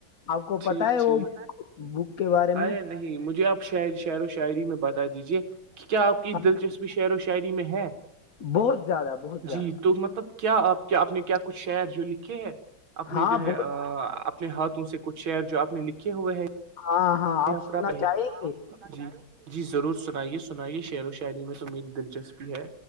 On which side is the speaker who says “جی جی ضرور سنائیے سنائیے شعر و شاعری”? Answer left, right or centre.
Right